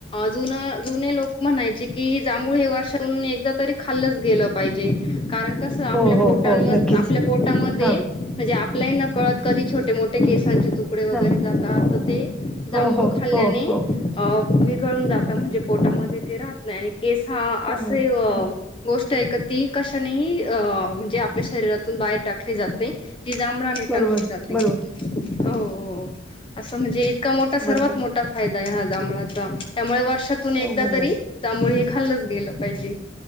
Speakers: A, on the left; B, in the centre.
A: जुन जुने लोक म्हणायचे, की जांभूळ हे वर्षातून एकदा तरी खालचं गेलं पाहिजे, कारण कसं आपल्या
B: हो हो
A: पोटामध्ये
B: हो नक्कीच
A: आपल्या पोटामध्ये
B: हा
A: म्हणे लय न कळत कधी छोटे मोठे केसांचे तुकडे वगैरे
B: हा
A: जातात. तर ते जांभूळ
B: हो हो
A: खाल्ल्याने
B: हो हो हो
A: अ विरघळून जात म्हणजे, पोटामध्ये ते राहत नाही. आणि केस हा असे
B: बरोबर हा
A: गोष्ट ती कशानेही अ म्हणजे, आपल्या शरीरातून बाहेर टाकली जात नाही. ती जांभळाने
B: बरोबर
A: टाकली जाते.
B: बरोबर
A: हो, हो, असं म्हणजे इतका मोठा सर्वात
B: बरोबर
A: मोठा फायदा हा जांभळाचा त्यामुळे वर वर्षातून एकदा
B: हो बरोबर
A: तरी जांभूळ हे खाल्लचं गेल पाहिजे,